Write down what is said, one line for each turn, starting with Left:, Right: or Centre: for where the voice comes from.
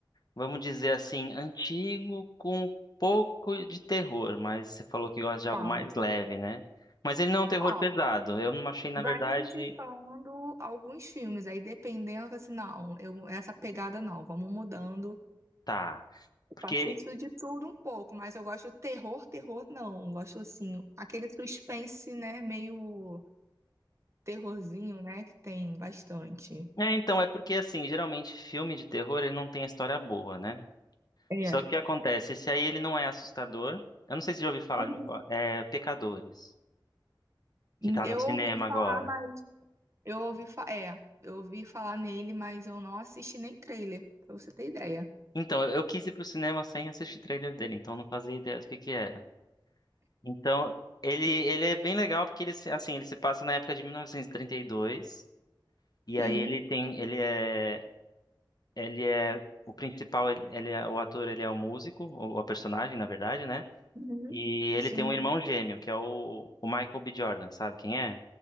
Left: vamos dizer assim, antigo com um pouco de terror. Mas você falou que gosta de algo
Right: falo,
Left: mais leve, né? Mas ele não é um terror
Right: ó,
Left: pesado. Eu não achei, na
Right: vai
Left: verdade,
Right: me indicando alguns filmes, aí dependendo, assim, não, eu, essa pegada não, vamos mudando.
Left: tá. Porque,
Right: Eu assisto de tudo um pouco, mas eu gosto terror, terror não, Eu gosto assim, aquele suspense, né, meio terrorzinho, né, que tem bastante.
Left: é, então, é porque, assim, geralmente filme de terror ele não tem a história boa, né?
Right: É.
Left: Só que acontece, esse aí ele não é assustador. Eu não sei se já ouviu falar,
Right: Uhum.
Left: já ouviu falar. tipo, é Pecadores, que tá
Right: Eu
Left: no cinema
Right: ouvi falar,
Left: agora.
Right: mas Eu ouvi, fa é, eu ouvi falar nele, mas eu não assisti nem trailer, pra você ter ideia.
Left: Então, eu, eu quis ir pro cinema sem assistir trailer dele, então eu não fazia ideia do que que era. Então, ele ele é bem legal porque ele se- assim, ele se passa na época de 1932 e trinta e dois, e
Right: Sim,
Left: aí ele tem ele é ele é o principal, ele, ele é o ator, ele é o músico, ou a personagem, na verdade, né?
Right: uhum,
Left: E ele
Right: sim,
Left: tem um irmão gêmeo, que é o, o Michael B. Jordan, sabe quem é?